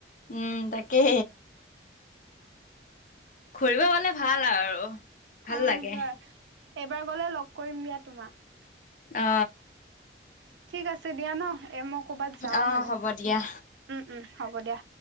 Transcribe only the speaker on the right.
অ
সেইটো হয় এইবাৰ গ'লে লগ কৰিম দিয়া তোমাক।
ঠিক আছে দিয়া ন এ মই কৰ'বাত যাওঁ
মানে
উম উম হ'ব দিয়া।